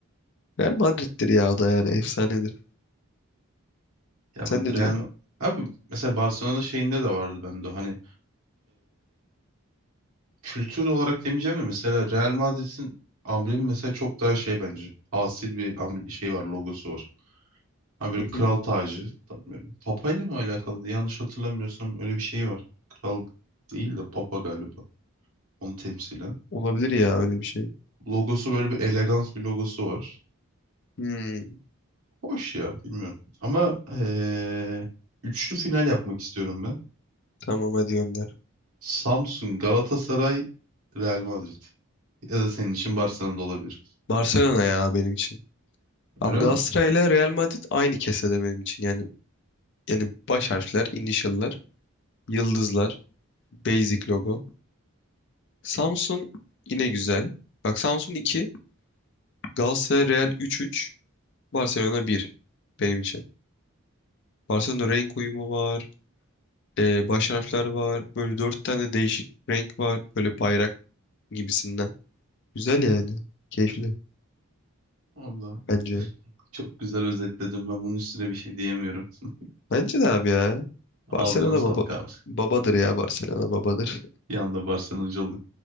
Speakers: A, on the left; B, on the right.
A: Real Madrid'dir ya o da yani efsanedir.
B: Ya
A: Sen
B: ben
A: ne
B: Real
A: diyorsun?
B: Ma- Abi mesela Barcelona'da şeyinde de vardı bende o hani kültür olarak demeyeceğim de mesela Real Madrid'in amblemi mesela çok daha şey bence. Asil bir amble- şey var, logosu var. Hani böyle
A: Hı hı.
B: kral tacı. Tam- böyle Papayla mı alakalı? Yanlış hatırlamıyorsam öyle bir şey var. Kral değil de papa galiba. Onu temsilen.
A: Olabilir ya öyle bir şey.
B: Logosu böyle bir elegans bir logosu var.
A: Hmm,
B: Hoş ya, bilmiyorum. Ama eee, üçlü final yapmak istiyorum ben.
A: tamam hadi gönder.
B: Samsun, Galatasaray, Real Madrid. Ya da senin için Barcelona da olabilir.
A: Barcelona ya benim için. Abi
B: Öyle mi?
A: Galatasaray ile Real Madrid aynı kesede benim için. Yani yani baş harfler, initial'lar, yıldızlar, basic logo. Samsun yine güzel. Bak Samsun 2, Galatasaray Real üç üç, Barcelona bir. benim için. Barcelona renk uyumu var, e, baş harfler var, böyle 4 tane değişik renk var, böyle bayrak gibisinden. Güzel yani, keyifli
B: Allah.
A: bence.
B: Çok güzel özetledim. Ben bunun üstüne bir şey diyemiyorum. <laughs>
A: Bence de abi ya.
B: Ağzına
A: Barcelona
B: sağlık
A: baba
B: abi.
A: babadır ya Barcelona babadır.
B: Bir anda Barcelona'cı olduk.